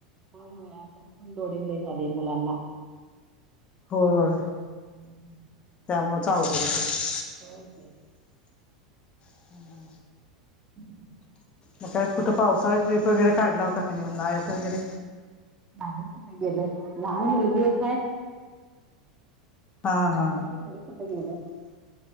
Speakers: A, on the right; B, on the left.
A: हो होय अभ्यास पण लोडिंग लयी झालय मुलांना.
B: होय
A: <inaudible>
B: त्यामुळंच अवघड होत.
A: होय की
B: <inaudible>
A: <inaudible>
B: मग काय कुठं पावसाळा ट्रिप वगैरे काढला होता का नाही. उन्हाळ्यात वगैरे.
A: नाही कुठे गेले. लहान मुलगी एक आहे.
B: हा हा
A: म तर मरी कुठ गेल.